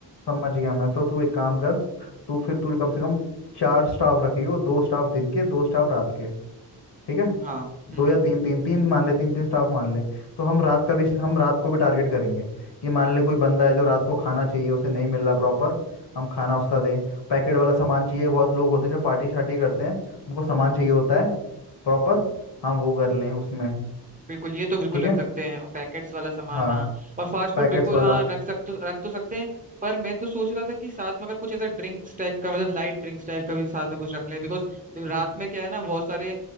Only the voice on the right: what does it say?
हाँ हम्म
हम्म
बिल्कुल ये तो बिल्कुल
रख
सकते हैं पैकेट्स वाला सामान
हाँ और फास्ट फूड
बिल्कुल
हाँ रख सक तो रख तो सकते हैं पर मैं तो सोच रहा था कि साथ में अगर कुछ ऐसा ड्रिंक्स टाइप का मतलब लाइट ड्रिंक्स टाइप का भी साथ में कुछ रख लें बिकॉज रात में क्या है ना बहुत सारे